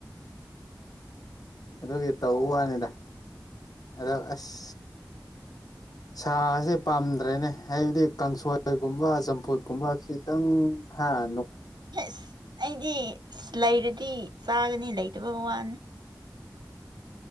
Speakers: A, on the left; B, on the right.
A: ꯑꯗꯨꯒꯤ ꯇꯧꯕ ꯋꯥꯅꯤꯗ ꯑꯗꯣ ꯑꯁ ꯁꯥꯁꯦ ꯄꯥꯝꯗ꯭ꯔꯦꯅꯦ ꯍꯥꯏꯕꯗꯤ ꯀꯥꯡꯁꯣꯏꯒꯨꯝꯕ ꯆꯝꯐꯨꯠꯀꯨꯝꯕ ꯈꯤꯇꯪ ꯍꯥꯏ
B: ꯑꯦ ꯑꯩꯗꯤ ꯂꯩꯔꯗꯤ ꯆꯥꯒꯅꯤ ꯂꯩꯇꯕ ꯋꯥꯅꯤ